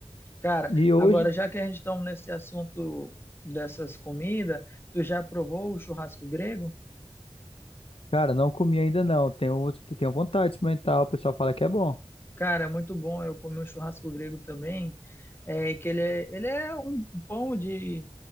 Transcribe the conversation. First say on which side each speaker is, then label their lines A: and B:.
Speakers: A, on the left (about 20°); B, on the left (about 60°).
A: Cara,
B: E hoje,
A: agora já que a gente está nesse assunto dessas comidas, tu já provou o churrasco grego?
B: cara, não comi ainda não. Tenho, tenho vontade de experimentar, o pessoal fala que é bom.
A: Cara, é muito bom. Eu comi um churrasco grego também, é, que ele é, ele é um pão de